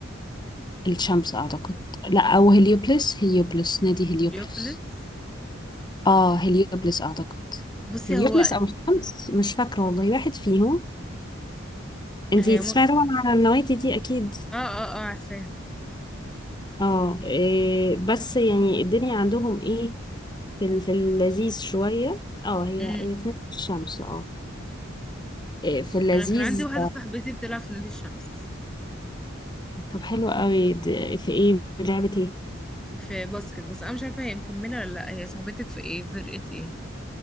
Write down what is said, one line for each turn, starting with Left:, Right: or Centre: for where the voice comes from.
Left: الشمس أعتقد لا أو هليوبلس هليوبلس نادي هليوبلس
Centre: اليوبلتس
Left: آه هليوبلس أعتقد
Centre: بصي
Left: هليوبلس
Centre: هو
Left: أو الشمس مش فاكرة والله واحد فيهم انتي
Centre: هي
Left: تسمعي
Centre: متعة
Left: طبعا عن النوادي دي أكيد
Centre: اه اه اه عارفاها
Left: اه إيه بس يعني الدنيا عندهم ايه في ال- في اللذيذ شوية اه هي
Centre: مم.
Left: هي في نادي الشمس اه إيه في اللذيذ
Centre: انا كان عندي واحده صاحبتي بتلعب في نادي الشمس
Left: طب حلو قوي د- في ايه لعبة ايه
Centre: في باسكت بس انا مش عارفه هي مكمله ولا لا هي صاحبتك في ايه فرقه ايه